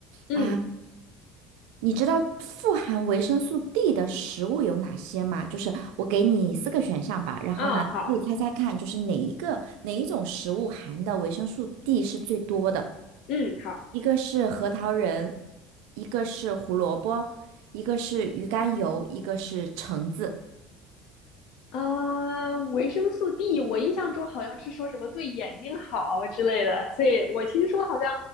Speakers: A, on the left (about 60°); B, on the right (about 75°).
A: 嗯，
B: 啊，你知道富含维生素 D 的食物有哪些吗？就是我给你四个选项吧，然后呢，
A: 啊，好，
B: 你猜猜看，就是哪一个哪一种食物含的维生素 D 是最多的？
A: 嗯，好。
B: 一个是核桃仁，一个是胡萝卜，一个是鱼肝油，一个是橙子。
A: 啊，维生素 D，我印象中好像是说什么对眼睛好之类的，所以我听说好像